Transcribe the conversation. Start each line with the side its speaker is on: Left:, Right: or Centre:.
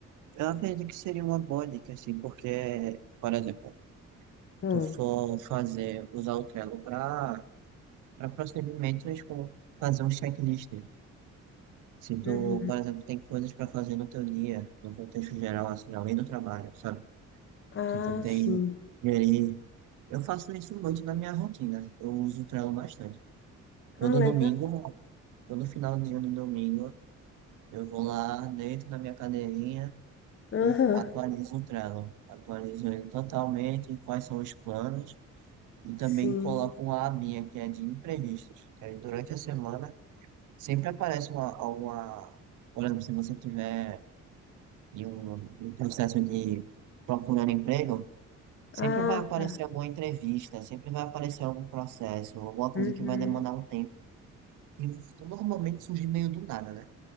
Right: eu acredito que seria uma boa dica, assim, porque, por exemplo,
Left: Hum.
Right: tu for fazer, usar o Trello para procedimentos como fazer um checklist, Se tu,
Left: Uhum.
Right: por exemplo, tem coisas para fazer no teu dia, no contexto geral, assim, além do trabalho, sabe?
Left: Ah,
Right: Se tu tem
Left: sim.
Right: gerir. Eu faço isso muito na minha rotina. Eu uso o Trello bastante. Todo
Left: Ah, legal.
Right: domingo, todo final de ano e domingo, eu vou lá dentro da minha cadeirinha
Left: Aham.
Right: e atualizo o Trello. Atualizo ele totalmente, quais são os planos. E também
Left: Sim.
Right: coloco uma abinha que é de imprevistos. Que aí durante a semana sempre aparece uma, alguma. Por exemplo, se você tiver e o, e o processo de procurando emprego, sempre
Left: Ah,
Right: vai aparecer
Left: tá.
Right: alguma entrevista, sempre vai aparecer algum processo, alguma coisa
Left: Uhum.
Right: que vai demandar um tempo. E isso normalmente surge meio do nada, né?